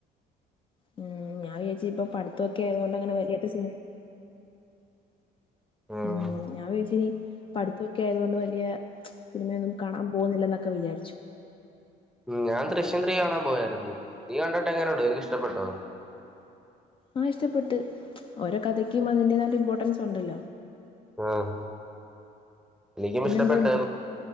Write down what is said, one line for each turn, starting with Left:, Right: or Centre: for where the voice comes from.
Left: ഉം ഞാൻ വിചാരിച്ചു ഇപ്പൊ പഠിത്തൊക്കെ ആയതൊണ്ട് അങ്ങനെ വലിയ <unintelligible> സിനിമ
Centre: ആഹ്
Left: ഉം ഞാൻ വിചാരിച്ചിനി പഠിത്തൊക്കെ ആയതൊണ്ട് വലിയ സിനിമയൊന്നും കാണാൻ പോകുന്നില്ല എന്നൊക്കെ വിചാരിച്ചു
Centre: ഉം ഞാൻ ദൃശ്യം ത്രീ കാണാൻ പോയായിരുന്നു. നീ കണ്ടിട്ട് എങ്ങനെയുണ്ട്. ഇഷ്ടപ്പെട്ടോ.
Left: ആഹ് ഇഷ്ടപ്പെട്ട്. ഓരോ കഥയ്ക്കും അതിൻ്റെതായിട്ടുളള ഇമ്പോർട്ടൻസ് ഉണ്ടല്ലോ.
Centre: ആഹ്. എനിക്കും
Left: പിന്നെ
Centre: ഇഷ്ടപ്പെട്ടു.
Left: എന്തുകൊണ്ട്